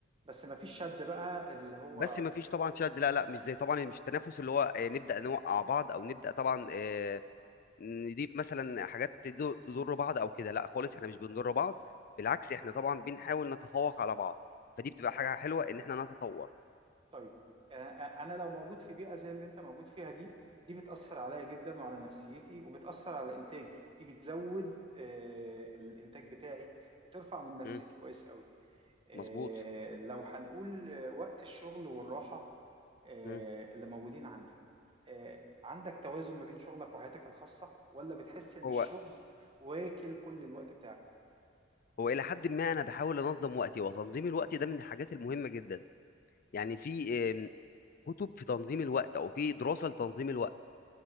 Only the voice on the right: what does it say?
بس ما فيش شد بقى اللي هو
طيب آه، آه، انا لو موجود في بيئه زي اللي انت موجود فيها دي دي بتاثر عليا جدا وعلى نفسيتي وبتاثر على انتاجي دي بتزود آه، الانتاج بتاعي بترفع من نفسيتي
كويس قوي آه،
لو هنقول آه، وقت الشغل والراحه آه،
اللي موجودين عندك آه، عندك توازن ما بين شغلك وحياتك الخاصه ولا بتحس ان
الشغل واكل كل الوقت بتاعك